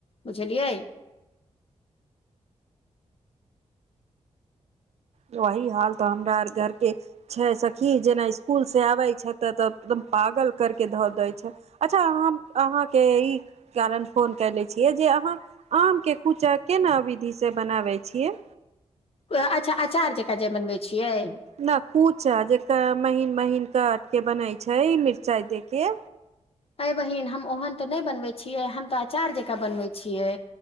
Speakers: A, on the left (about 50°); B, on the right (about 65°).
A: बुझलियै
B: वही हाल तऽ हमरा आर घरके छै सखी जेना इस्कुलसे आबै छै तऽ तऽ एकदम पागल करि कऽ धऽ दै छै। अच्छा हम आहाँके ई कारन। फोन कएले छियै जे अहाँ आमके कूचा केना विधिसे बनाबै छियै।
A: उएह अच्छा अचार जकाँ जे बनबै छियै।
B: न कूचा जेका महीन महीन कट के बनै छै मिरचाई दे के।
A: ऐ बहिन हम ओहन तऽ नै बनवै छियै हम तऽ अचार जकाँ बनवै छियै।